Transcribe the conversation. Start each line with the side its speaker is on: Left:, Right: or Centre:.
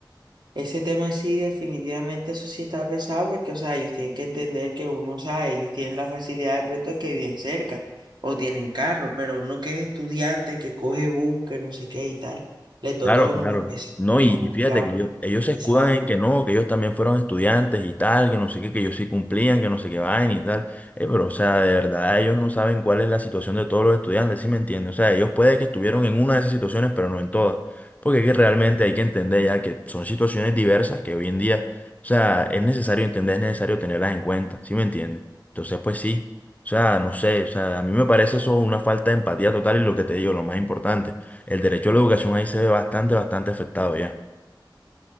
Right: Ese tema sí, definitivamente, eso sí está pesado porque, o sea, ellos tienen que entender que uno, o sea, ellos tienen la facilidad de pronto que viven cerca o tienen carro, pero uno que es estudiante, que coge bus, que no sé qué y tal, le toca
Left: Claro,
Right: a uno
Left: claro.
Right: más pesado,
Left: No,
Right: la
Left: y, y fíjate que ellos, ellos
Right: movilizada.
Left: se escudan en que no, que ellos también fueron estudiantes y tal, que no sé qué, que ellos sí cumplían, que no sé qué vaina y tal. Eh, pero, o sea, de verdad, ellos no saben cuál es la situación de todos los estudiantes, ¿sí me entiendes? O sea, ellos puede que estuvieron en una de esas situaciones, pero no en todas. Porque es que realmente hay que entender ya que son situaciones diversas que hoy en día, o sea, es necesario entender, es necesario tenerlas en cuenta, ¿sí me entiendes? Entonces, pues sí. O sea, no sé, o sea, a mí me parece eso una falta de empatía total y lo que te digo, lo más importante. El derecho a la educación ahí se ve bastante, bastante afectado ya.